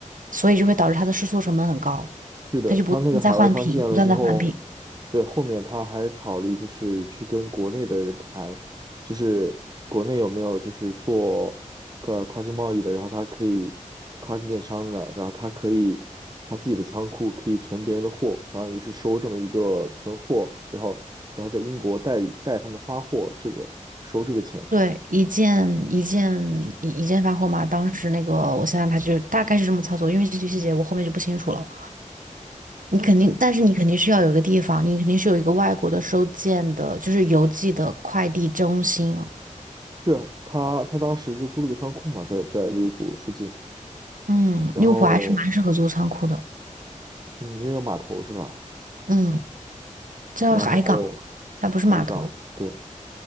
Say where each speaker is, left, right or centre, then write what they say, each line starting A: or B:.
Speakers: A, on the right (about 85°); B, on the right (about 30°).
A: 所以就会导致他的试错成本很高，
B: 是的，
A: 他就不断地在换品，
B: 他那个海外仓建了之后，
A: 不断地在换品。
B: 对，后面他还考虑就是去跟国内的人谈，就是国内有没有就是做个跨境贸易的，然后他可以跨境电商的，然后他可以他自己的仓库可以存别人的货，相当于是收这么一个存货，然后然后在英国代理代他们发货，这个收这个钱。
A: 对，一件一件一一件发货嘛。当时那个，我现在他就大概是这么操作，因为这些细节我后面就不清楚了。你肯定，但是你肯定是要有一个地方，你肯定是有一个外国的收件的，就是邮寄的快递中心啊。
B: 是啊，他他当时就租了个仓库嘛，在在利物浦附近，
A: 嗯，
B: 然后
A: 利物浦还是蛮适合做仓库的。
B: 嗯，因为有码头是吧？
A: 嗯，叫海港，
B: 然后
A: 它不是码头，
B: 海港，对，